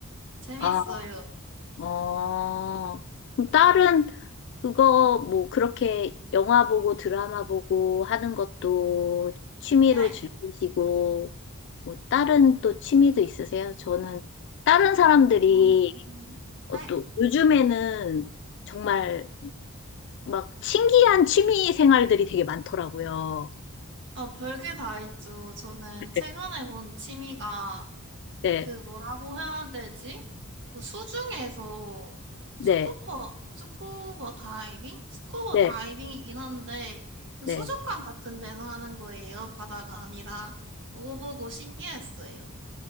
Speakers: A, on the right; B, on the left.
A: 재밌어요.
B: 아, 어. 그럼 딸은 그거 뭐 그렇게 영화 보고 드라마 보고 하는 것도 취미로
A: 네.
B: 즐기시고, 뭐 다른 또 취미도 있으세요? 저는 다른 사람들이
A: 어,
B: 어,
A: 네.
B: 또 요즘에는 정말 막 신기한 취미 생활들이 되게 많더라고요.
A: 어, 별게 다 있죠. 저는
B: 네.
A: 최근에 본 취미가
B: 네,
A: 그 뭐라고 해야 되지? 그 수중에서
B: 네,
A: 스쿠버, 스쿠버 다이빙? 스쿠버
B: 네,
A: 다이빙이긴 한데, 그
B: 네.
A: 수족관 같은 데서 하는 거예요. 바다가 아니라. 그거 보고 신기했어요.